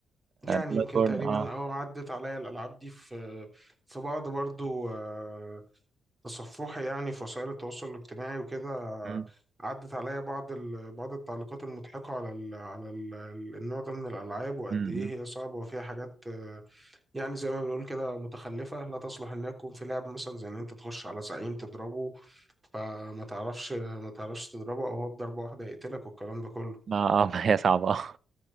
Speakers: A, on the right; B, on the right.
A: يعني
B: بلاد
A: يمكن
B: بورن
A: تقريبا
B: اه
A: اه عدت عليا الالعاب دي في في بعض برضو آه، تصفحي يعني في وسائل التواصل الاجتماعي وكده
B: مم.
A: عدت عليا بعض ال... بعض التعليقات المضحكة على ال... على ال... ال- النوع ده من الألعاب وقد
B: مم.
A: إيه
B: مم.
A: هي صعبة وفيها حاجات آه، يعني زي ما بنقول كده متخلفة لا تصلح إنها تكون في لعب مثلا زي إن أنت تخش على زعيم تضربه فما تعرفش ما تعرفش تضربه أو هو بضربة واحدة يقتلك والكلام ده كله
B: ما اه <laughs> ما هي صعبة